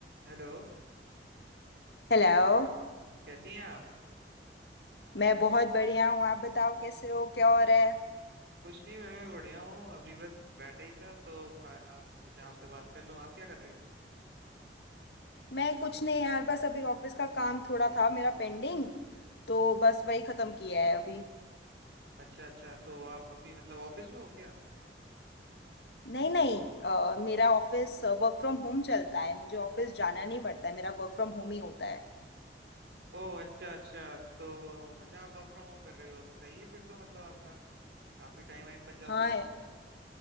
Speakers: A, on the right; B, on the left.
A: Hello
B: Hello
A: कैसी हैं आप
B: मैं बहुत बढ़िया हूँ आप बताओ कैसे हो क्या हो रहा है
A: कुछ नहीं मैं भी बढ़िया हूँ अभी बस बैठा ही था तो खा, आप सोचा आपसे बात कर लूँ आप क्या कर रहे हो
B: मैं कुछ नहीं यार बस अभी ऑफिस का काम थोड़ा था मेरा पेंडिंग तो बस वही खत्म किया है अभी
A: अच्छा अच्छा तो आप अभी मतलब ऑफिस में हो क्या
B: नहीं नहीं अ, मेरा ऑफिस वर्क फ्रॉम होम चलता है मुझे ऑफिस जाना नहीं पड़ता है मेरा वर्क फ्रॉम होम ही होता है
A: ओह अच्छा अच्छा तो अच्छा आप वर्क फ्रॉम होम कर रहे हो तो सही है फिर तो मतलब आपका काफी टाइम वाइम बच जाता
B: हाँ
A: होगा